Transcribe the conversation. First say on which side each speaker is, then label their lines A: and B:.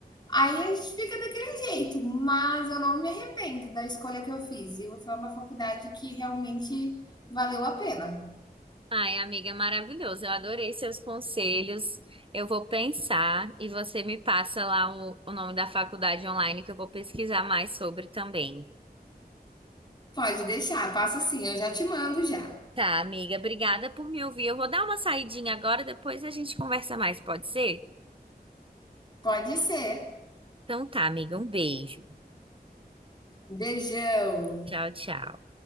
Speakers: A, on the left; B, on the right.
A: aí a gente fica daquele jeito. Mas eu não me arrependo da escolha que eu fiz. E foi uma faculdade que realmente valeu a pena.
B: Ai, amiga, maravilhoso. Eu adorei seus conselhos. Eu vou pensar e você me passa lá o, o nome da faculdade online que eu vou pesquisar mais sobre também.
A: Pode deixar, passa assim, eu já te mando já.
B: Tá, amiga, obrigada por me ouvir. Eu vou dar uma saidinha agora, depois a gente conversa mais, pode ser?
A: Pode ser.
B: Então tá, amiga, um beijo.
A: Beijão.
B: Tchau, tchau.